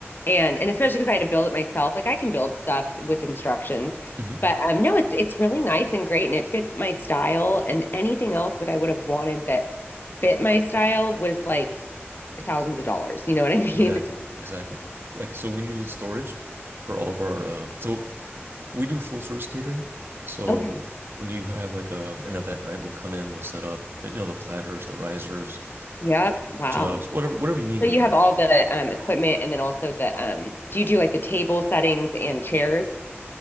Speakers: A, on the left (about 50°); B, on the right (about 55°).
A: and and especially because I had to build it myself. Like I can build stuff with instructions,
B: hmm
A: but um, no, it's it's really nice and great, and it fit my style. And anything else that I would have wanted that fit my style was like thousands of dollars. You know what I <laughs> mean?
B: Exactly. Exactly. Like so we needed storage for all of our um so we do full service catering. So
A: Okay.
B: when you have like a an event, right, we'll come in, we'll set up, you know, the platters, the risers,
A: Yep. Wow.
B: jugs, whatever whatever you need,
A: So
B: we
A: you
B: have.
A: have all the um, equipment and then also the um, do you do like the table settings and chairs?